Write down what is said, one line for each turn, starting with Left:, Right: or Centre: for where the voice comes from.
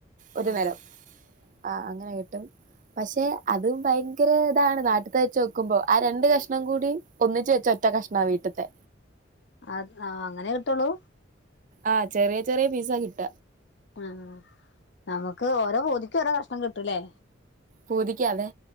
Right: ഒരു
Left: ആഹ്
Right: നരം ആ അങ്ങനെ കിട്ടും പക്ഷെ അതും ഭയങ്കര ഇതാണ് നാട്ടത്ത വെച്ചോക്ക നക്കുമ്പോ ആ രണ്ട കഷ്ണം കൂടി ഒന്നിച്ചച്ച് വെച്ച ഒറ്റ കഷ്ണ വീട്ടത്തെ
Left: അ ആഹ അങ്ങനെ കിട്ടുള്ളൂ
Right: ആഹ് ചെറിയ ചെറിയ പിസ കിട്ട
Left: ആഹ നമുക്ക് ഓരോ പോതിക്ക ഓരോ കഷ്ണം കിട്ടൂലേ
Right: പൂതിക്ക അതെ